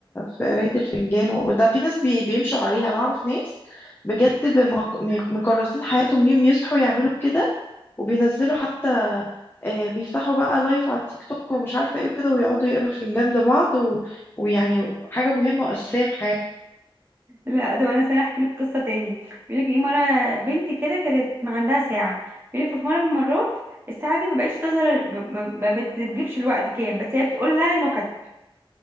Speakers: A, on the left (about 25°); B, on the right (about 25°).
A: في قرايه الفنجان وده في ناس بي بيمشوا عليها انا اعرف ناس بجد بمك- م- مكرسين حياتهم ليهم يصحوا يعملوا كده وبينزلوا حتى آه، بيفتحوا بقى لايف على التيك توك ومش عارفه ايه وكده ويقعدوا يقروا الفنجان لبعض و... ويعني حاجه مهمه واساسيه في حياتهم
B: لا طب أنا مثلا أحكي لك قصة تاني بيقولك إيه مرة بنت كده كانت ما عندها ساعة بيقولك في مرة من المرات الساعة دي ما بقتش تظهر ب- ب- ما بتجيبش الوقت كام بس هي بتقول لها نكت